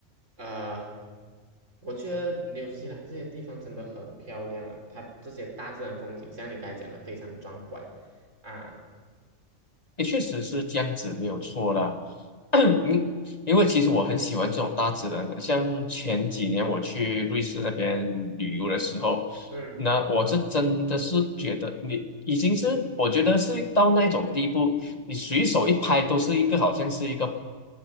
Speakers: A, on the right (about 85°); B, on the left (about 35°).
A: 呃，我觉得纽西兰这些地方真的很漂亮啊，它这些大自然风景，像你刚才讲的非常壮观啊，
B: 也确实是这样子，没有错啦。<coughs> <clears throat> 嗯，因为其实我很喜欢这种大自然的，像前几年我去瑞士那边旅游的时候，
A: 嗯。
B: 那我是真的是觉得你已经是，我觉得是到那种地步，你随手一拍都是一个好像是一个